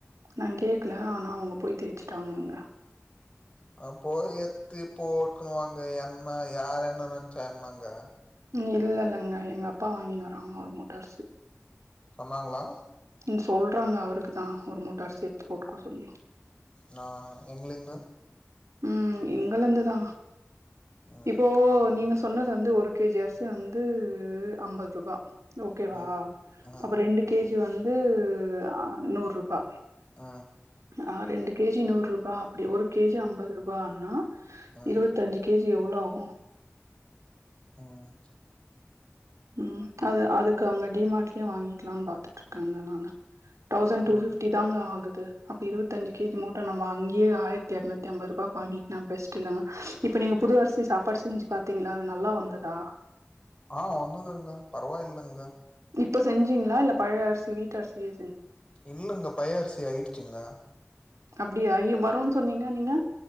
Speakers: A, on the right; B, on the left.
A: நா கேக்கல ஆனா அவங்க போய் தேச்சுட்டாங்கங்க
B: அப் போய் எத்தி போக்கணுவாங்க என்ன யார் என்ன நினைச்சா என்னங்க
A: இல் இல்லங்க எங்க அப்பா வாங்கின்னு வராங்க ஒரு மூட்ட அரிசி
B: வராங்களா
A: ம் சொல்றாங்க அவருக்கு தா ஒரு மூட்ட அரிசி ஏத்து போட்டுக்க சொல்லி
B: நா எங்கலிந்து
A: ம் எங்க இருந்துதா
B: ஆ
A: இப்போ நீங்க சொன்னது வந்து ஒரு கேஜி அரிசி வந்து ஐம்பது ரூபா ஓகேவா
B: ஆ ஆ
A: அப்ப ரெண்டு கேஜி <unintelligible> வந்து ஆ நூறுபா
B: ஆ
A: ஆ ரெண்டு கேஜி நூறு ரூபா அப்டி ஒரு கேஜி ஐம்பது ருபானா
B: ஆ
A: இருபத்த அஞ்சு கேஜி எவ்ளோ ஆகு
B: ம்
A: ம் அது அதுக்கு அவங்க டிமார்ட்லயே வாங்கிக்கலான்னு பாத்துட்டு இருக்காங்க நானு தௌசண்ட் டு
B: ம்
A: பிப்டி தா ஆகு து அப்ப இருவத்திஞ்சு கேஜி மூட்ட நம்ம அங்கேயேயிரத்தி எட்நூத்திஐம்பது ரூபாய்கக்கு வாங்கிக்கா பெஸ்ட் இல்லைங்க இப்ப நீங்க புதுவரிசி சாப்பாடு செஞ்சு பாத்தீங்களா அது நல்லா வந்ததா
B: ஆ வந்ததுங்க பரவாயில்லங்க
A: இப்ப செஞ்சீங்களா இல்ல பழைய அரிசி வீட்டரிசியே
B: இல்லங்க பையரிசி ஆயிடுச்சுங்க
A: அப்படியா ஐ வரோன்னு சொன்னீங்க நீங்க